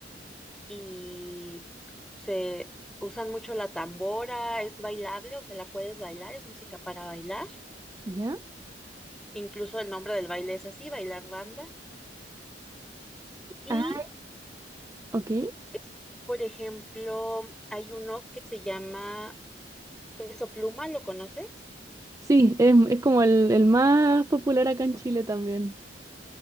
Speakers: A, in the centre; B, on the right.
A: y se usan mucho la tambora, es bailable, o sea, la puedes bailar, es música para bailar.
B: ya.
A: Incluso el nombre del baile es así, bailar banda. Y
B: Ah, ok.
A: es, por ejemplo, hay uno que se llama Peso Pluma, ¿lo conoces?
B: Sí, es, es como el, el más popular acá en Chile también.